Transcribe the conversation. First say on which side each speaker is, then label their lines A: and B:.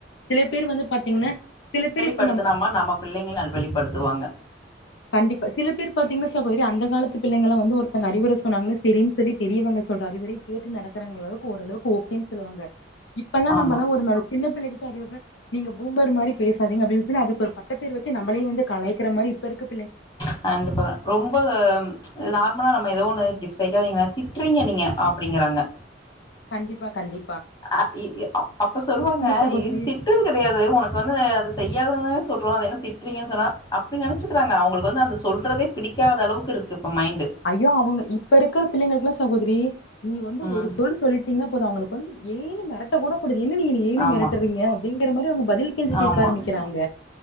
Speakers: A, on the left (about 80°); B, on the left (about 25°).
A: சில பேர் வந்து பாத்தீங்கனா சில பேர் இப்
B: படுத்தினாமா நம்ம பிள்ளைங்க நல்வழிப்படுத்துவாங்க
A: கண்டிப்பா சில பேர் பாத்தீங்கனா சகோதரி அந்த காலத்து பிள்ளைகளா வந்து ஒருத்தங்க அறிவுர சொன்னாங்க செரினு சொல்லி பெரியவுங்க சொல்ற அறிவுரய கேட்டு நடக்கறாங்களவுக்கு ஓரளவுக்கு ஓகேன்னு சொல்லுவாங்க இப்பெல்லா
B: ஆமா
A: நம்மல்லா ஒரு ந சின்ன பிள்ளைக்கு தா அறிவுரே நீங்க பூம்பர் மாரி பேசாதீங்க அப்டினு சொல்லி அதுக்கு ஒரு பட்ட பேர் வச்சு நம்மளையு வந்து கலாய்க்கிற மாரி இப்ப இருக்கு
B: கண்டிப்பாதா ரொம்ப நார்மலா நம் ம ஏதோ ஒண்ணு இப்டி செய்யாதீங்க திட்டுறீங்க நீங்க அப்டிங்கறாங்க
A: கண்டிப்பா கண்டி
B: அ இ ஓ அப்ப சொல்லுவாங்க
A: சகோதரி
B: இது திட்றது கெடையாது ஒனக்கு வந்து அது செய்யாத தான சொல்றோ அத என்ன திட்டுறீங்க சொன்ன அப்டி நெனச்சுக்கிறாங்க அவுங்களுக்கு வந்து அந்த சொல்றதே பிடிக்காத அளவுக்கு இருக்கு இப்ப மைண்டு
A: ஐயோ அவுங்க இப்ப இருக்கிற பிள்ளைங்களுக்குலா சகோதிரி நீ வந்து
B: ம்
A: ஒரு சொல் சொல்லிட்டீங்கனா போது அவுங்களுக்கு வந்து ஏய்னு மெரட்ட கூடக்கூடுது என்ன நீ என்னயே நீ
B: ஆமா
A: மெரட்டுறீங்க அப்டிங்கிற மாரி அவுங்க தில் கேள்வி கேக்க
B: ஆமா
A: ஆரம்பிக்கிறாங்க